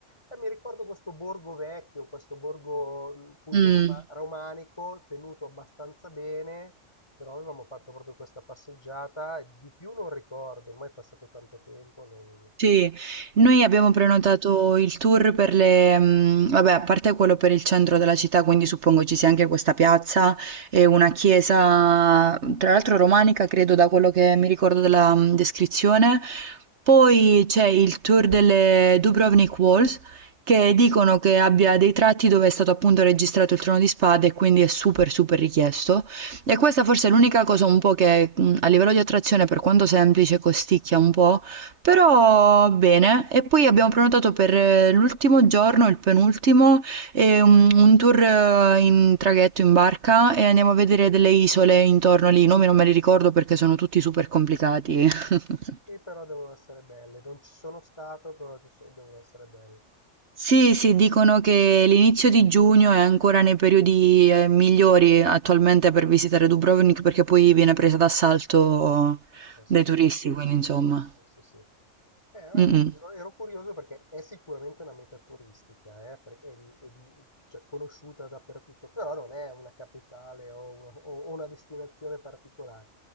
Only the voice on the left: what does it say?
E mi ricordo questo borgo vecchio, questo borgo mh, appunto
roma- romanico, tenuto abbastanza bene, però avevamo fatto proprio questa passeggiata, e di più non ricordo, ormai è passato tanto tempo, non...
Sì, però devono essere belle, non ci sono stato, però ci sono- devono essere belle.
Eh sì,
eh
sì,
con con il resto sì. Eh, ma
infatti
ero, ero curioso perché è sicuramente una meta turistica, eh, per- è, di- è di- cioè, conosciuta dappertutto, però non è una capitale o una, o- o una destinazione particolare.